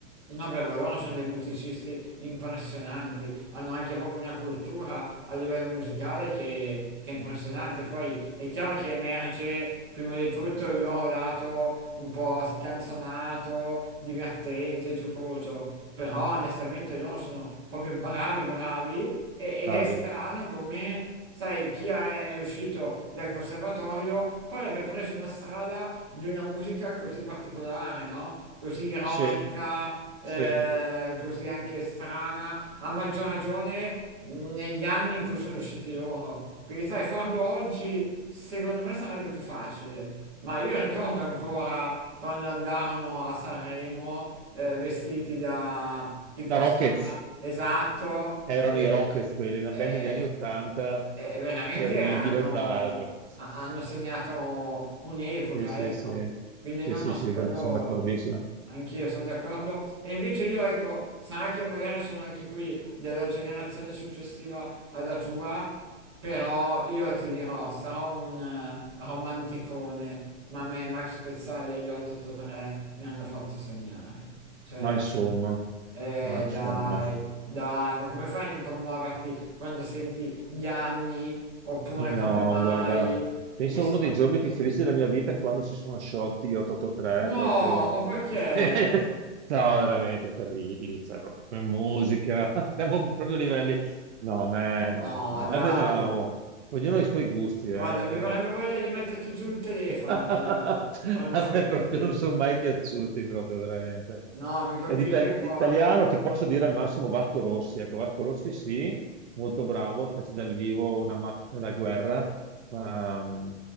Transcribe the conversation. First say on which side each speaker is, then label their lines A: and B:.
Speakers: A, on the right; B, on the right.
A: No, beh, ma loro sono dei musicisti impressionanti, hanno anche proprio una cultura a livello musicale che, che è impressionante. Poi è chiaro che emerge prima di tutto il loro lato un po' scanzonato, divertente, giocoso, però onestamente loro sono proprio bravi, bravi e- ed
B: bravi.
A: è strano come... Sai, chi è uscito dal conservatorio poi abbia preso una strada di una musica così particolare, no? Così Sì. ironica,
B: Se,
A: eh,
B: se,
A: così anche strana, a maggior ragione negli anni in cui sono usciti loro. Perché sai, farlo oggi secondo me sarebbe più facile, ma io ricordo ancora quando andarono a Sanremo eh, vestiti da tipo
B: da Rockets.
A: strana, esatto,
B: Erano
A: e,
B: i Rockets quelli, una
A: e-
B: band degli anni Ottanta,
A: e e veramente
B: terribile
A: hanno,
B: tra l'altro.
A: ha- hanno segnato un'epoca,
B: Sì, sì,
A: ecco.
B: sì,
A: Quindi
B: sì,
A: no,
B: sì,
A: no, su
B: sì,
A: quello
B: vero, sono d'accordissimo.
A: anch'io sono d'accordo. E invece io, ecco, sarà che magari sono anche qui della generazione successiva alla tua, però io ti dirò, sarò un eh, romanticone, ma a me Max Pezzali e gli 883 mi hanno fatto sognare. Cioè,
B: Ma insomma,
A: eh
B: ma insomma,
A: dai, dai, ma come fai a non commuoverti quando senti gli anni? Oppure
B: no,
A: come mai?
B: guarda, penso
A: Nessuno.
B: uno dei giorni più felici della mia vita è quando si sono sciolti gli 883,
A: No,
B: proprio...
A: ma perché?
B: <laughs> No, veramente terribili, cioè, proprio come musica, <laughs> siamo proprio a livelli... No, me no,
A: No,
B: no,
A: dai.
B: eh beh, ma, oh, ognuno ha i suoi gusti, eh.
A: Guarda, mi verrebbe voglia di metterti giù il telefono
B: <laughs>
A: quando, quando
B: A
A: fai
B: me
A: così.
B: proprio non sono mai piaciuti, proprio veramente.
A: No, mi colpisce
B: E di itali-
A: il cuore.
B: di italiano ti posso dire al massimo Vasco Rossi. Ecco, Vasco Rossi sì, molto bravo, specie dal vivo, una macchina da guerra, ma mm,